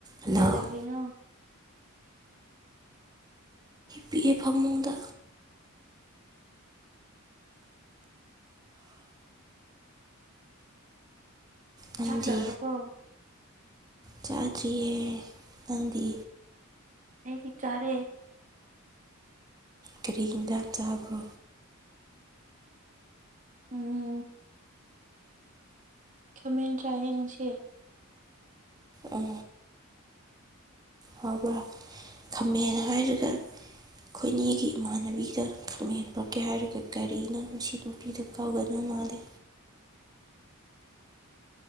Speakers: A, on the right; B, on the right.
A: Hello
B: ꯀꯩꯗꯧꯔꯤꯅꯣ
A: ꯄꯤꯛꯑꯦ ꯐꯃꯨꯡꯗ ꯅꯪꯗꯤ
B: ꯆꯥꯛ ꯆꯥꯔꯕꯣ
A: ꯆꯥꯗ꯭ꯔꯤꯌꯦ ꯅꯪꯗꯤ
B: ꯑꯩꯗꯤ ꯆꯥꯔꯦ
A: ꯀꯔꯤ ꯍꯦꯟꯖꯥꯡ ꯆꯥꯕ꯭ꯔꯣ
B: ꯎꯝ ꯈꯥꯃꯦꯟ ꯆꯥꯢꯌꯦ ꯉꯁꯤ
A: ꯑꯝ ꯍꯥꯎꯕ꯭ꯔꯥ ꯈꯥꯃꯦꯟ ꯍꯥꯏꯔꯒ ꯑꯩꯈꯣꯏꯅꯤꯒꯤ ꯏꯃꯥꯟꯅꯕꯤꯗꯣ ꯈꯥꯃꯦꯟ ꯄꯨꯔꯛꯀꯦ ꯍꯥꯏꯔꯒ ꯀꯔꯤꯅꯣ ꯉꯁꯤꯗꯣ <unintelligible> ꯀꯥꯎꯒꯗ ꯃꯥꯜꯂꯦ